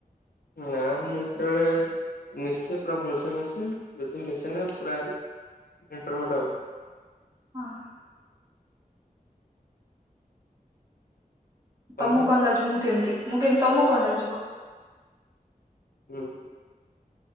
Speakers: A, on the left; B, on the right.
A: ନା ମୁଁ ଯେତେବେଳେ ମିଶେ ପୁରା ଭଲସେ ମିଶେ, ଯଦି ମିଶେ ନା ପୁରା ଇନ୍ଟ୍ରୋଭର୍ଟ ଆଉ।
B: ହଁ।
A: ତମେ
B: ତମକୁ କଣ ଲାଗୁଛି ମୁଁ କେମିତି ମୁଁ କେମତି ତମକୁ କଣ ଲାଗୁଛି କୁହ?
A: ହୁଁ